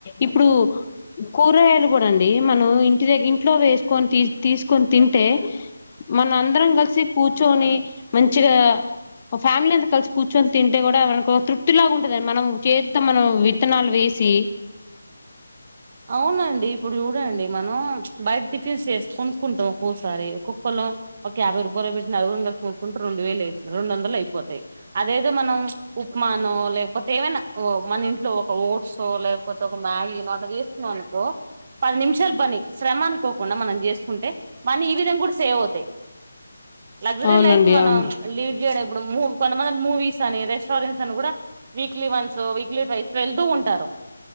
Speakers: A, on the left; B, on the right.
A: ఇప్పుడు కూరగాయలు కూడా అండి మనం ఇంటి దగ్గ ఇంట్లో వేసుకొని తీసుకొని తింటే మన అందరం కలిసి కూర్చొని మంచిగా ఫ్యామిలీ అం కలిసి కూర్చొని తింటే కూడా మనకు తృప్తిలాగా ఉంటుదండి మనం చేత్త మనం విత్తనాలు వేసి
B: అవునండి ఇప్పుడు చూడండి మనం బయట టిఫిన్స్ చేసి కొనుక్కుంటాం ఒక్కొసారి ఒక్కొక్కళ్ళ ఒక యాభై రూపాయలు పెట్టిన అడుగుొన కలిసి కొనుక్కుంటూ రెండు వేలు అవుతుంది రెండు వందలు అయిపోతాయి అదేదో మనం ఉప్మానో లేకపోతే ఏమైనా మన ఇంట్లో ఒక ఓట్స్ో లేకపోతే ఒక మ్యాగీ నోట అనుకో పది నిమిషాల పని శ్రమ అనుకోకుండా మనం చేసుకుంటే మనీ ఈ విధంగా కూడా సేవ్ అవుతాయి లగ్జరీ
A: అవునండి
B: లైఫ్ మనం
A: అవును
B: లీడ్ చేయడం ఇప్పుడు మూ కొంతమంది మూవీస్ అని రెస్టారెంట్స్ అని కూడా వీక్లీ వన్స్ వీక్లీ వైస్ వెళ్తూ ఉంటారు